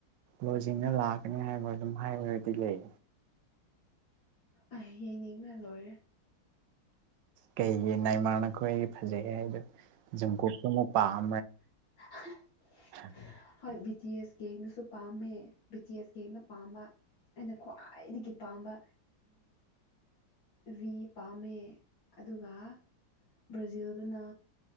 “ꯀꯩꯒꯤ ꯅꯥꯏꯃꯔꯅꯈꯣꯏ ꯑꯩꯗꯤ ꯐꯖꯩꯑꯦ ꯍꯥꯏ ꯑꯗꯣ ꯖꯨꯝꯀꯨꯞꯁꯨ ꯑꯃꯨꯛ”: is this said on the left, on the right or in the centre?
Right